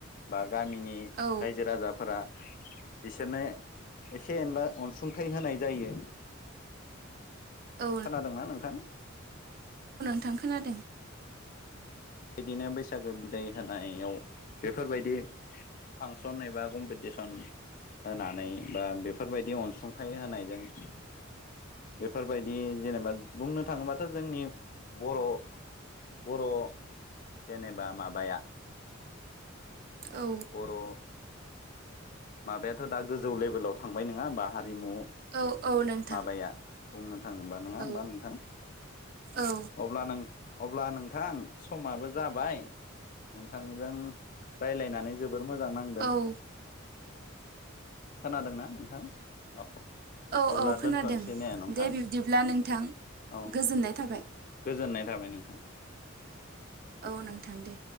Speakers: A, on the left; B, on the right.
A: बा गामिनि
B: औ
A: रायजो राजाफोरा। बिसोरनो एसे एनला अनसुंथाइ होनाय जायो।
B: औ
A: खोनादोंना नोंथां?
B: थां ओं खोनादों।
A: बिदिनो बैसागो बिदाय होनायाव बेफोरबायदि फांसन एबा कम्पिटिसन होनानै बा बेफोरबायदि अनसुंथाइ होनायजों बेफोरबायदि जेनेबा बुंनो थाङोबाथ' जोंनि बर' बर' जेनेबा माबाया
B: औ
A: बर' माबायाथ' दा गोजौ लेभेलाव थांबाय नङा होमबा। रिमु
B: औ औ नोंथां
A: माबाया बुंनो थाङोबा नङा होमबा
B: औ
A: नोंथां।
B: औ
A: अब्ला नों अब्ला नोंथां समाबो जाबाय नोंथांजों रायलायनानै जोब जोबोर मोजां नांदों।
B: औ
A: खोनादोंना नोंथां औ।
B: औ
A: अब्ला
B: औ खोनादों
A: दोनथ'नोसै ने नोंथां
B: दे बिब्दिब्ला नोंथां
A: औ गो
B: गोजोननाय थाबाय
A: गोजोननाय थाबाय नोंथां।
B: औ नोंथां दे।